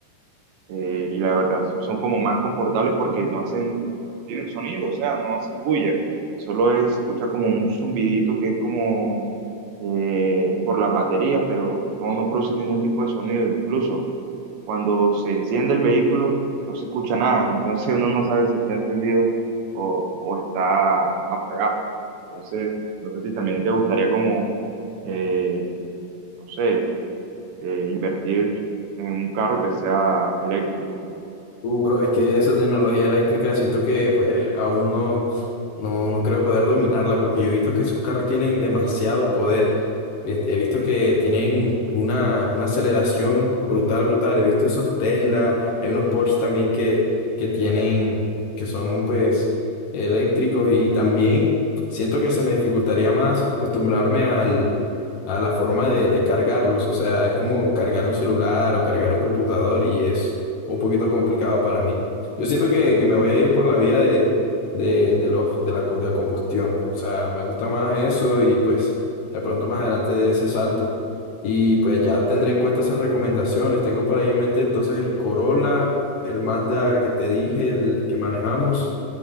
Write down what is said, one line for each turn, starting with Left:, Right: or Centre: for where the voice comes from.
Right: eh, y la verdad son como más confortables porque no hacen, no tienen sonido, o sea, no hacen bulla, solo es- se escucha como un zumbidito que es como eh, por las baterías, pero no, no produce ningún tipo de sonido, incluso cuando se enciende el vehículo no se escucha nada, entonces uno no sabe si está encendido o, o está apagado. Entonces, no sé si también te gustaría como, eh, no sé, eh, invertir en un carro que sea eléctrico.
Left: Uh, bro, es que esa tecnología eléctrica siento que pues aún no, no, no creo poder dominarla porque yo he visto que esos carros tienen demasiado poder. Este, He visto que tienen una, una aceleración brutal, brutal. He visto esos Tesla, hay unos Porsche también que, que tienen, que son pues eléctricos y también siento que se me dificultaría más acostumbrarme al, a la forma de, de cargarlos. O sea, es como cargar un celular o cargar un computador y es un poquito complicado para mí. Yo siento que, que me voy a ir por la vía de, de, de los, de la, co- de la combustión. O sea, me gusta más eso y pues de pronto más adelante de ese salto. Y pues ya tendré en cuenta esas recomendaciones. Tengo por ahí en mente entonces el Corolla, el Mazda que te dije, el que manejamos,